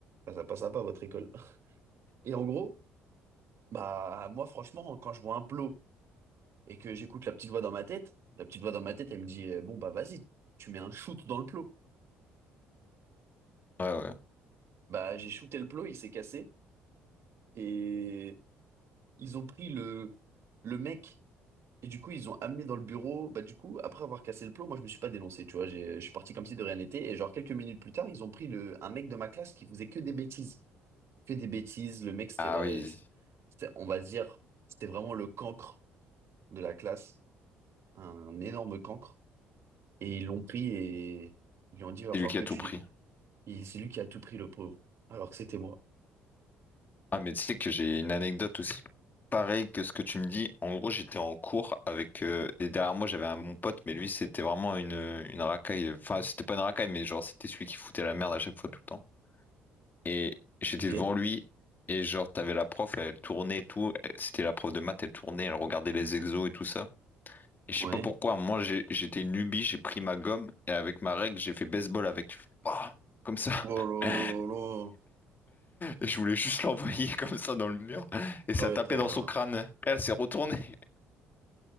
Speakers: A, on the right; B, on the left.
A: ça ça passe pas votre école. Et en gros, bah moi franchement, quand je vois un plot et que j'écoute la petite voix dans ma tête, la petite voix dans ma tête, elle me dit euh, bon bah vas-y, tu mets un shoot dans le plot.
B: Ouais, ouais.
A: Bah, j'ai shooté le plot, il s'est cassé. Et ils ont pris le, le mec. Et du coup, ils ont amené dans le bureau. Bah, du coup, après avoir cassé le plot, moi, je me suis pas dénoncé, tu vois. J'ai- Je suis parti comme si de rien n'était. Et genre, quelques minutes plus tard, ils ont pris le, un mec de ma classe qui faisait que des bêtises. Que des bêtises. Le mec, c'était
B: Ah
A: ouais
B: oui,
A: C'était, c'était- on va dire, c'était vraiment le cancre de la classe. Un énorme cancre. Et ils l'ont pris et ils lui ont dit, va
B: c'est
A: falloir
B: lui qui
A: que
B: a tout
A: tu.
B: pris.
A: dé- Et c'est lui qui a tout pris, le pauvre. Alors que c'était moi.
B: Ah, mais tu sais que j'ai une anecdote aussi pareille que ce que tu me dis. En gros, j'étais en cours avec. euh, et derrière moi, j'avais un, mon pote, mais lui, c'était vraiment une, une racaille. Enfin, c'était pas une racaille, mais genre, c'était celui qui foutait la merde à chaque fois, tout le temps. Et j'étais
A: Ok?
B: devant lui, et genre, t'avais la prof, elle tournait et tout. Elle- C'était la prof de maths, elle tournait, elle regardait les exos et tout ça. Et je
A: Ouais.
B: sais pas pourquoi, moi, j'ai- j'étais une lubie, j'ai pris ma gomme, et avec ma règle, j'ai fait baseball avec. Oh, comme ça.
A: Oh là
B: <laughs>
A: là là là.
B: Je voulais juste <laughs> l'envoyer comme ça dans le mur et ça
A: Ah ouais,
B: a tapé
A: t'as...
B: dans son crâne. Elle s'est retournée.